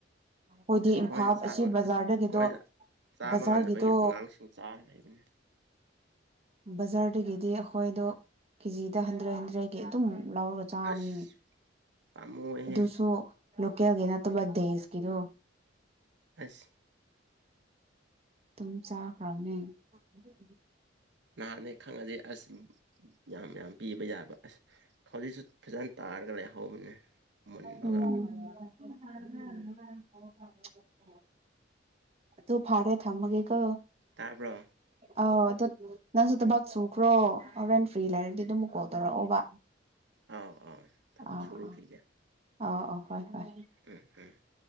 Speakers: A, on the right; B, on the right.
A: ꯑꯈꯣꯏꯗꯤ
B: ꯑꯁ ꯑꯩꯈꯣꯏꯅ
A: ꯏꯝꯐꯥꯜ
B: ꯆꯥꯕ
A: ꯑꯁꯤ ꯕꯖꯥꯔꯗꯒꯤꯗꯣ
B: ꯑꯁ ꯑꯩꯈꯣꯏꯗ ꯆꯥꯕ
A: ꯕꯖꯥꯔꯒꯤꯗꯣ
B: ꯉꯝꯅꯕꯒꯤ ꯑꯉꯥꯡꯁꯤꯡ ꯆꯥꯔ ꯂꯩꯕꯅꯤ <unintelligible>
A: ꯕꯖꯥꯔꯗꯒꯤꯗꯤ ꯑꯩꯈꯣꯏꯗꯣ ꯀꯦꯖꯤꯗ ꯍꯟꯗ꯭ꯔꯦꯠ ꯍꯟꯗ꯭ꯔꯦꯠꯒꯤ ꯑꯗꯨꯝ ꯂꯧꯔꯒ ꯆꯥꯕꯅꯤꯅꯦ
B: ꯑꯁ ꯄꯥꯝꯃꯨꯍꯦ
A: ꯑꯗꯨꯁꯨ ꯂꯣꯀꯦꯜꯒꯤ ꯅꯠꯇꯕ ꯗꯦꯁꯀꯤꯗꯣ
B: ꯑꯁ
A: ꯑꯗꯨꯝ ꯆꯥꯈ꯭ꯔꯕꯅꯦ <inaudible>
B: ꯅꯍꯥꯟꯅꯦ ꯈꯪꯉꯗꯤ ꯑꯁ ꯌꯥꯝ ꯌꯥꯝ ꯄꯤꯕ ꯌꯥꯕ ꯑꯁ ꯍꯧꯖꯤꯛꯁꯨ ꯐꯖꯅ ꯇꯥꯔꯒ ꯂꯩꯍꯧꯕꯅꯦ ꯃꯨꯟꯕꯒ
A: ꯎꯝ <unintelligible> ꯑꯗꯨ ꯐꯔꯦ ꯊꯥꯝꯃꯒꯦꯒꯣ
B: ꯇꯥꯕ꯭ꯔꯣ
A: ꯑꯧ ꯑꯗꯨ ꯅꯪꯁꯨ ꯊꯕꯥꯛ ꯁꯨꯈ꯭ꯔꯣ ꯍꯣꯔꯦꯟ ꯐ꯭ꯔꯤ ꯂꯩꯔꯗꯤ ꯑꯗꯨꯝ ꯀꯣꯜ ꯇꯧꯔꯛꯑꯣꯕ
B: ꯑꯥꯎ ꯑꯥꯎ ꯊꯕꯛ
A: ꯑꯥ
B: ꯁꯨꯔꯨꯈꯤꯒꯦ
A: ꯑꯥ ꯑꯥ ꯑꯥ ꯍꯣꯏ ꯍꯣꯏ
B: ꯑ ꯑ <unintelligible>